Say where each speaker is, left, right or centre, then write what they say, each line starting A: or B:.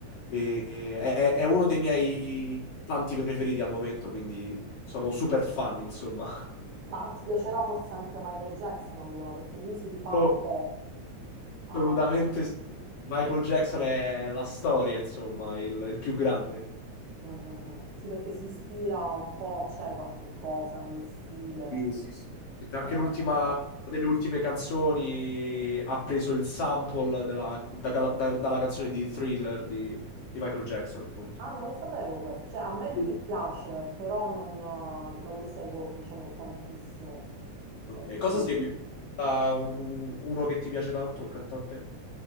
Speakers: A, on the left; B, on the right.
A: e- è,
B: bellissimo.
A: è uno dei miei tanti preferiti al momento, quindi sono super fan, insomma.
B: Ma ti piacerà forse anche Michael Jackson allora, perché lui si rifà
A: <laughs>
B: un po' a...
A: Assolutamente sì. Michael Jackson è la storia, insomma, il, il più grande.
B: Mm, mm, mm. Sì, perché si ispira un po', c'è qualche cosa nello stile.
A: Sì, sì, sì. Anche
B: eh.
A: l'ultima una delle ultime canzoni ha preso il sample della- da- da- dalla canzone di Thriller di, di Michael Jackson, appunto.
B: Ah, non lo sapevo questo. Cioè, a me lui
A: Sì.
B: piace, però non, non lo seguo, diciamo, tantissimo.
A: Ok,
B: E quindi,
A: cosa segui? Ah, un- un- uno che ti piace tanto, un cantante?